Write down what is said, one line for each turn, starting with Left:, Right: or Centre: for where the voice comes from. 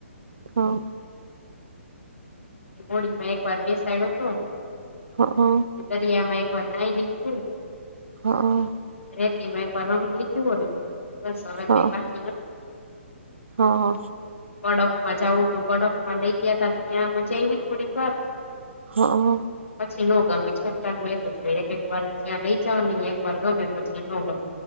Right: હા
Left: હોળીમાં એકવાર બેસાયડો તો
Right: હ. હ-
Left: દરિયામાં એક નાઈ લીધું.
Right: હ હ
Left: રેતી માં એક વાર રમી લીધું હો ને બસ હવે
Right: હ
Left: કઈ બાકી નથી.
Right: હા.
Left: બડફમાં જવું તું બડફમાં લઈ ગયા તા ત્યાં જઈવી થોડીક વાર
Right: હા
Left: પછી નો ગમે છોકરાનુ એવું જ હોય એક એક વાર ત્યાં લઈ જાઓ ન્યા એક વાર ગમે પછી ન ગમે.